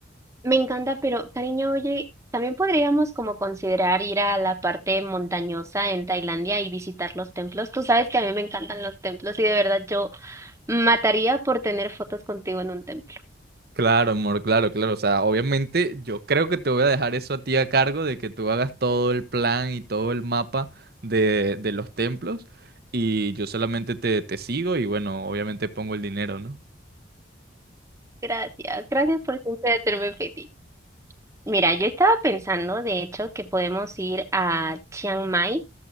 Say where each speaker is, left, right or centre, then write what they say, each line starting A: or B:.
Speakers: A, on the right; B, on the right.
A: Me encanta, pero cariño, oye, también podríamos como considerar ir a la parte montañosa en Tailandia y visitar los templos. Tú sabes que a mí me encantan los templos y de verdad yo mataría por tener fotos contigo en un templo.
B: Claro, amor, claro, claro. O sea, obviamente yo creo que te voy a dejar eso a ti a cargo de que tú hagas todo el plan y todo el mapa de, de los templos y yo solamente te, te sigo y bueno, obviamente pongo el dinero, ¿no?
A: Gracias, gracias por siempre hacerme feliz. Mira, yo estaba pensando, de hecho, que podemos ir a Chiang Mai